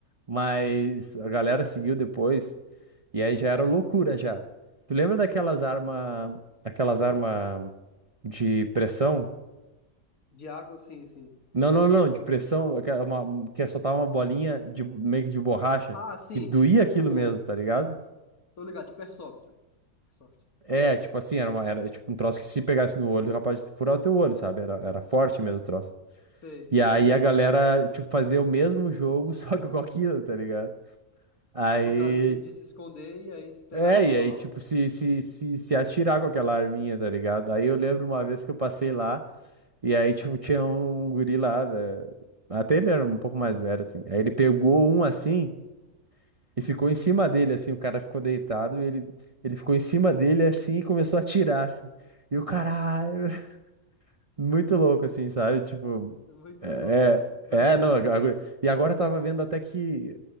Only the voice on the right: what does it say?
Mas a galera seguiu depois, e aí já era loucura já. Tu lembra daquelas armas, aquelas armas de pressão?
Não, não, não, de pressão, aque- uma, que é soltar uma bolinha de, meio que de borracha,
que doía
aquilo mesmo, tá ligado?
É, tipo assim, era, uma, era tipo um troço que se pegasse no olho, capaz de furar o teu olho, sabe? Era, era forte mesmo o troço.
E aí a galera, tipo, fazia o mesmo jogo, <laughs> só que com aquilo, tá ligado? Aí.
É,
e
aí, tipo, se, se, se, se atirar com aquela arminha, tá ligado? Aí eu lembro uma vez que eu passei lá, e aí, tipo, tinha um, um guri lá, né? Até ele era um pouco mais velho, assim. Aí ele pegou um assim e ficou em cima dele, assim. O cara ficou deitado e ele, ele ficou em cima dele, assim, e começou a atirar, assim. E o caralho, <laughs> muito louco, assim, sabe? Tipo,
É,
é,
não. agu- E agora eu tava vendo até que